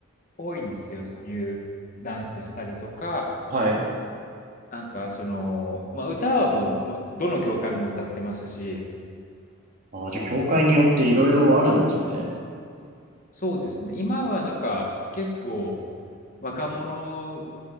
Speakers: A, on the left (about 40°); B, on the right (about 40°).
A: 多いんですよ、そういうダンスしたりとか、
B: はい。
A: なんかその、まあ、歌はもう、まどの教会も歌ってますし、
B: あ、じゃあ、教会によっていろいろあるんですね。
A: そうですね、今はなんか結構若者